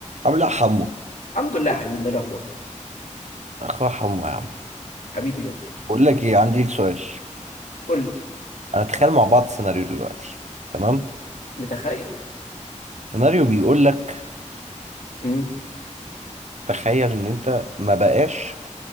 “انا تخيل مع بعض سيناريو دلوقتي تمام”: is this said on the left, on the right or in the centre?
Right